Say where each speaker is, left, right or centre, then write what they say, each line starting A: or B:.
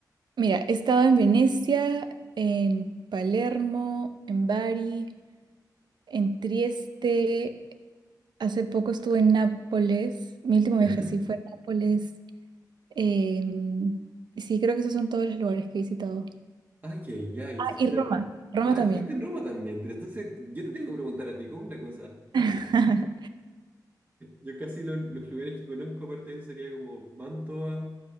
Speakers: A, on the right (about 80°); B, on the right (about 25°).
A: Mira, he estado en Venecia, en Palermo, en Bari, en Trieste. Hace poco estuve en Nápoles. Mi último
B: Ya.
A: viaje sí fue a Nápoles. Em, sí, creo que esos son todos los lugares que he visitado.
B: Ah, que ya, y
A: Ah,
B: estuviste-
A: y Roma, Roma
B: Ah,
A: también.
B: estuviste en Roma también, pero entonces yo te tengo que preguntar a ti, ¿cómo es la cosa?
A: <laughs>
B: Yo casi lo- los lugares que conozco, aparte de eso, sería como Mantua,